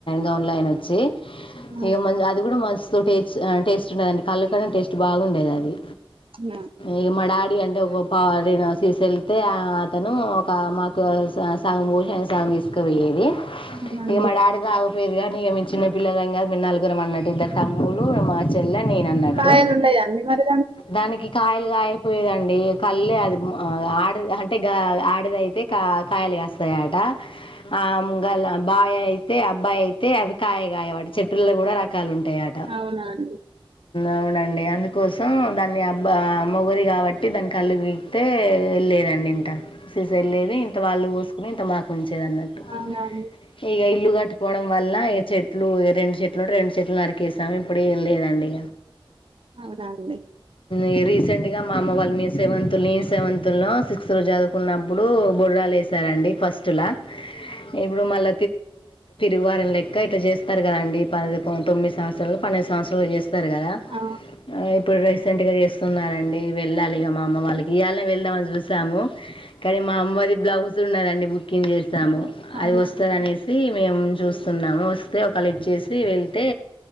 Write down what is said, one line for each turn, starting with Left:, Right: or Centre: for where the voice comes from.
Left: గౌన్లయానా వచ్చి
Right: ఆ!
Left: ఇగ మ అది కూడ మస్తు టేస్ట్ టేస్ట్ ఉండేదండి కల్లు కన్న టేస్ట్ బాగుండేది అది
Right: అవునా!
Left: ఇక మా డాడీ అంటే ఒక పావు సీస వెళ్తే అతను ఒక మాకు సంగం పోసి ఆయన సంగం తీసు పొయ్యేది
Right: అవునండి.
Left: ఇగ మా డాడీ రాకపోయేది కానీ ఇగ మేం చిన్న పిల్లలం కద మేము నలుగురం అన్నట్టు ఇద్దరు త చెల్ల నేను అన్నట్టు
Right: కాయలున్నయా అండి మరి
Left: దానికి కాయలుకాయక పోయేదండి. కల్లే అది ఆడది అంటే ఆడది అయితే కా కాయలు కాస్తాయి. ఆట ఆ మొగాళ్ళ బావి అబ్బాయి అయితే అవి కాయ కాయవట చెట్టుల్లో కూడ రకాలు ఉంటాయి అట
Right: అవునా అండి.
Left: అవునండి అందుకోసం దాన్ని అబ్బా మొగది కాబట్టి దాని కల్లు గీకితే వెళ్లేదండి. ఇంక సీస వెళ్లేది ఇంత వాళ్ళు పోసుకుని ఇంత మాకు ఉంచేది. అన్నట్టు
Right: అవునా అండి.
Left: ఇగ ఇల్లు కట్టుకోవడం వల్ల చెట్లు రెండు చెట్లు రెండు చెట్లు నరి వెళ్లేదండి
Right: అవునా అండి.
Left: ఇగ రీసెంట్గా మా అమ్మ వాళ్ళు మేం సెవెంత్ నేన్ సెవెంత్లో సిక్స్త లో చదువుకున్నప్పుడు బుర్రాలు వేసారండి ఫస్ట్ లా ఇప్పుడు మళ్ళ ఇవారం ఇంకా ఇట్ల చేస్తారు కదా అండి ప తొమ్మిది సంవత్సరాలు పన్నండు సంవత్సరాలు చేస్త కదా
Right: ఆ!
Left: ఇప్పుడు రీసెంట్ గా చేస్తున్న అండి వెళ్ళాలి మా అమ్మ వాళ్ళకి గియాల వెళ్దామని చూసాము కానీ మా అమ్మది బ్లౌజ్ ఉన్నదండి బుకింగ్ చేస్తాము
Right: అవునా!
Left: అది వస్తుందినేసి మేము చూస్తున్నాము. వస్తే ఒకలెక్ట్ చేసి వెళ్తే